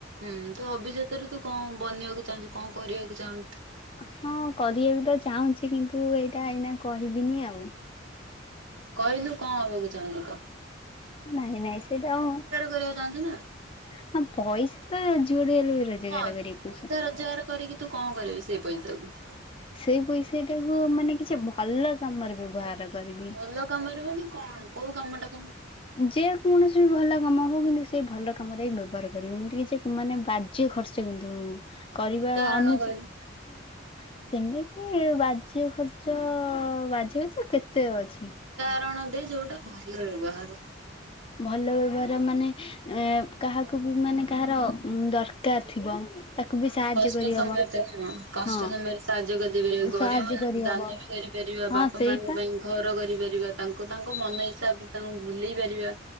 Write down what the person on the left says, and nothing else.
ହଁ କରବାକୁ ତ ଚାହୁଁଛି କିନ୍ତୁ ଏଇଟା ଏଇନା କହିବିନି ଆଉ।
ନାଇଁ ନାଇଁ ସେଇଟା ଆଉ
ହଁ ପଇସା ତ ଯୁଆଡୁ ହେଲେ ବି ରୋଜଗାର
କରିକି
ପୋଷ।
ସେଇ ପଇସା ଟାକୁ ମାନେ କିଛି ଭଲ କାମରେ ବ୍ୟବହାର କରିବି।
ଯେ କୌଣସି ଭଲ କାମ ହଉ କିନ୍ତୁ ସେ ଭଲ କାମରେ ହିଁ ବ୍ୟବହାର କରିବୁ ଏମିତି କିଛି ମାନେ ବାଜ୍ୟ ଖର୍ଚ୍ଚ କିନ୍ତୁ
କରିବା
ଅନୁଚିତ
ସେମି ଏ ବାଜ୍ୟ ଖର୍ଚ୍ଚ ଅ ବାଜ୍ୟ ଖର୍ଚ ତ କେତେ ଅଛି?
ଭଲ ବ୍ୟବହାର ମାନେ ଏଁ କାହାକୁ ବି ମାନେ କାହାର ଦରକାର ଥିବ। ତାକୁ ବି
ସାହାଯ୍ୟ
କରିହବ
ହଁ
ସାହାଯ୍ୟ
କରିହବ
ହଁ
ସେଇପା